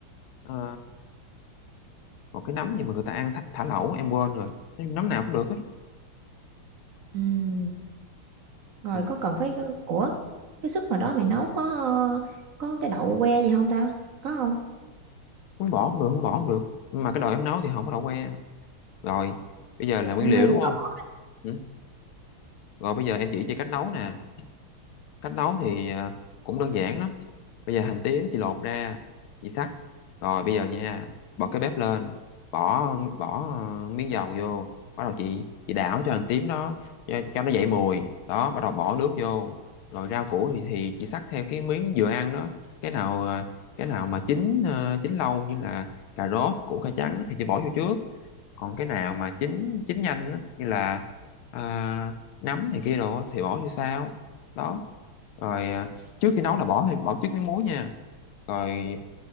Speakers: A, on the left; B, on the right.
A: ờ, một cái nấm gì mà người ta ăn thả, thả lẩu em quên rồi Nói chung nấm nào cũng được hết á.
B: Ừ. rồi
A: ừ.
B: có cần phải ủa cái súp hồi đó mày nấu có có cái đậu que gì không ta có không
A: muốn bỏ cũng được không bỏ cũng được nhưng mà cái đồ em nấu thì không có đậu que rồi bây giờ là
B: dạ
A: nguyên
B: nó
A: liệu
B: hơi
A: đúng
B: dở
A: không ừ. rồi bây giờ em chỉ cho cách nấu nè cách nấu thì ờ, cũng đơn giản lắm bây giờ hành tím chị lột ra chị xắt rồi bây giờ nha bật cái bếp lên bỏ bỏ ờ, miếng dầu vô bắt đầu chị chị đảo cho hành tím nó cho, cho nó dậy mùi đó bắt đầu bỏ nước vô rồi rau củ thì, thì chị xắt theo cái miếng vừa ăn đó cái nào ờ, cái nào mà chín ờ, chín lâu như là cà rốt củ cải trắng thì chị bỏ vô trước còn cái nào mà chín chín nhanh á, như là à, nấm này kia đồ á, thì bỏ vô sao đó rồi à, trước khi nấu là bỏ bỏ trước miếng muối nha rồi